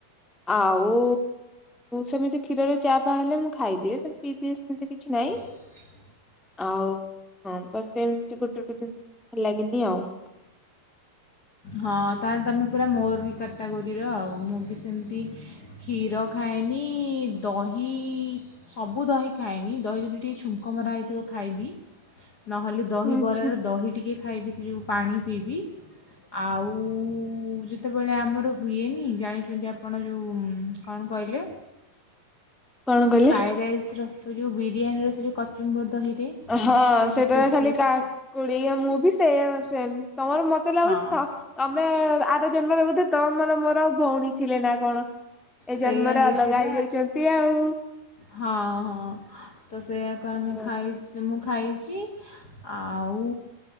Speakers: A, in the centre; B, on the left (about 60°).
A: ଆଉ ସେମିତି କ୍ଷୀରରେ ଚା ପା ହେଲେ ମୁଁ ଖାଇଦିଏ ସେମତି ପିଇଦିଏ ସେମିତି କିଛି ନାହିଁ।
B: ଙ୍କ ପାଇଁ।
A: ଆଉ ହଁ ତ ସେମିତି ଗୋଟେ ଗୋଟେ ଜିନିଷ ଭଲ ଲାଗନି ଆଉ।
B: ହଁ ତାହେଲେ ତମେ ପୁରା ମୋର ବି କାଟା ଗୋରିର ଆଉ ମୁଁ ବି ସେମିତି କ୍ଷୀର ଖାଏନି ଦହି ସବୁ ଦହି ଖାଏନି ଦହି ଯଦି ଟିକେ ଛୁଙ୍କ୍ କ ମରା ହେଇଥିବ ଖାଇବି ନହେଲେ ଦହିିବରାରେ
A: ଆଚ୍ଛା।
B: ଦହି ଟିକେ ଖାଇବି ସେ ଯେଉଁ ପାଣି ପିଇବି। ଆଉ ଯେତେବେଳେ ଆମର ହୁଏନି ଜାଣିଛନ୍ତି ଆପଣ ଯେଉଁ କଣ କହିଲେ।
A: କଣ କହିଲେ?
B: ଫ୍ରାଏ ରାଇସ୍ ର ସେ ଯେଉଁ ବିରିୟାନୀର ସେ ଯେଉଁ କଚୁମ୍ବର ଦହିରେ।
A: ହଁ
B: ତ
A: ସେଟାରେ
B: ସେ ସେ
A: ଖାଲି କାହାକୁଡି ମୁଁ ବି ସେ ସେ ତମର ମତେ ମତେ ଲାଗୁଛି
B: ହଁ
A: ତ ତମେ ଆର ଜନ୍ମରେ ବୋଧେ ତ ମୋର ମୋର ଆଉ ଭଉଣୀ ଥିଲେ ନା କଣ? ଏ
B: ସେଇଆ
A: ଜନ୍ମରେ
B: ହେଇଥିବ
A: ଅଲଗା ହେଇଯାଉଛନ୍ତି ଆଉ।
B: ହଁ ହଁ ତ ସେଇଆାକୁ
A: ହଁ
B: ଆମେ ଖାଇ ମୁଁ ଖାଇଛି। ଆଉ